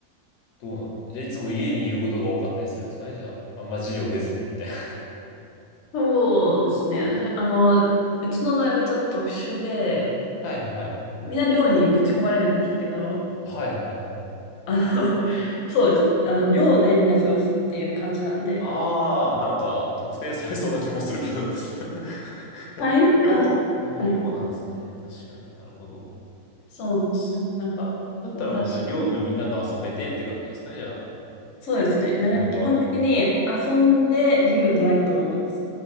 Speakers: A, on the left (about 80°); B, on the left (about 60°).
A: どうなんだ。じゃあいつも家にいることが多かったりするんですかね、じゃあ。あんま授業出ずにみたいな。
B: そうですね。私、あの、うちの大学はちょっと特殊で、
A: <laughs> はいはい。
B: みんな寮にぶち込まれるんですけど、
A: はいはい。
B: あの、<laughs> そうです。あの、寮でみんな過ごすっていう感じなんで。
A: ああ、なんか特定されそうな気もするけど <laughs>
B: はい。
A: 寮、
B: あ、
A: ああ、
B: はい。
A: 寮なんですね。確かになるほど。
B: そうなんですよ。なんか、
A: だったらまあじゃあ寮のみんなと遊べてって感じですかね、
B: おかしいです。
A: じゃあ。
B: そうですね。なんか基本的に遊んで授業出ないことが多いです。
A: 今後は。